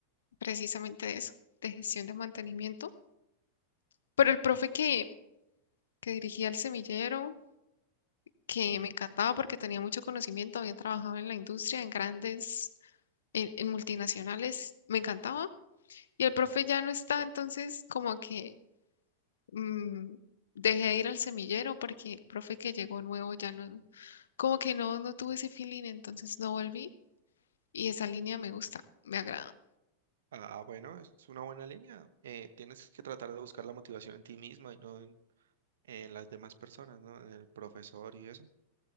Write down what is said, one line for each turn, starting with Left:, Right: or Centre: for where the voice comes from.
Left: precisamente de eso, de gestión de mantenimiento. Pero el profe que, que dirigía el semillero, que
Right: Ujú.
Left: me encantaba porque tenía mucho conocimiento, había trabajado en la industria, en grandes, en, en multinacionales, me encantaba Y el profe ya no está, entonces como que mm, dejé de ir al semillero porque el profe que llegó nuevo ya no, como que no, no tuve ese feeling, entonces no volví. Y esa línea me gusta, me agrada.
Right: Ah, bueno, es una buena línea. Eh, tienes que tratar de buscar la motivación en ti misma y no en, en las demás personas, ¿no? En el profesor y eso.